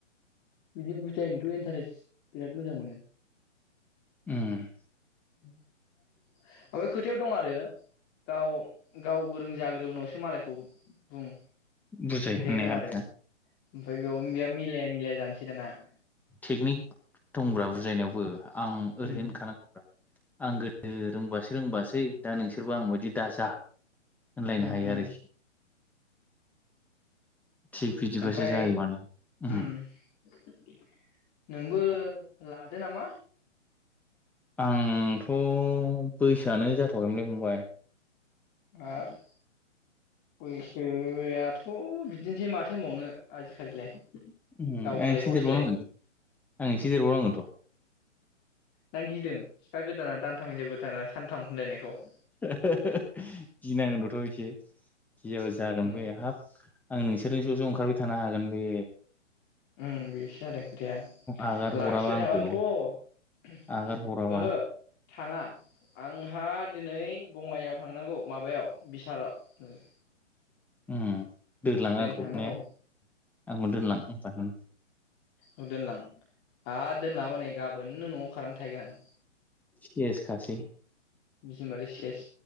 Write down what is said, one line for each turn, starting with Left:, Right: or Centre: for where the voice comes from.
Left: बिदि बुजायनोथ इन्टारेस्ट बिराद मोजां मोनो
Centre: ओम
Left: <inaudible> ओमफ्राय खोथायाव दं आरो गाव गाव गोरों जाग्रो उनावसो मालायखौ बुं।
Centre: बुजाय
Left: बे खोथाया
Centre: होननाय
Left: दं
Centre: आरोखिना?
Left: आरो ओमफ्राय बेयाव बे <unintelligible> मिलाया मिलाय जानोसै। बिदाना <unintelligible>
Centre: टेकनिक दंब्रा बुजायनायावबो। आं ओरै
Left: उम
Centre: होन खानांगौब्रा आं गोदो रोंबोयासै रोंबोयासै दा नोंसोरबो आं बायदि दाजा। होनलायनो
Left: उम
Centre: हायो
Left: उम
Centre: आरोखि। थिग बिदिबासो
Left: ओमफ्राय
Centre: जायो माने उम
Left: उम नों बो लादो नामा
Centre: आंथ' बैसोआनो जाथखैमोनलै फंबाय।
Left: आरो बैसोआथ' बिदिनोसै माथो होनबावनो आजिखालिलाय।
Centre: उम
Left: दावखोलाय
Centre: आं एसे
Left: फावसोलाय
Centre: सदेरबावनांगोनलै आं सिदेरबावनांगोनथ'।
Left: ना गिदों सिखा गोदाना दानथाम हिनजाव गोदाना सानथाम होनलायनायखौ?
Centre: <unintelligible> गिनांगोनबोथ' एसे। गियाबा जागोन
Left: उम
Centre: बे हाब। आं नोंसोरजों ज ज ओंखारबाय थानो हागोन बे।
Left: उम बेसो जादों खोथाया
Centre: आगार
Left: लाखिबाय
Centre: हराबा आंखौ
Left: थाबानोथ' ओहो
Centre: आगार हराबा
Left: थाङा आंहा दिनै बङाइयाव थांनांगौ माबायाव बिसालाव नों।
Centre: उम। दोलां आंखौ
Left: थांनांगौ
Centre: ने आंखौ दोनलां होनखागोन।
Left: ओ दोनलां। हा दोनलाङाबा नै गाबोननो न'आव खारनानै थाहैगोन आं।
Centre: सेस खासै।
Left: बिसि होनबाथाय सेस।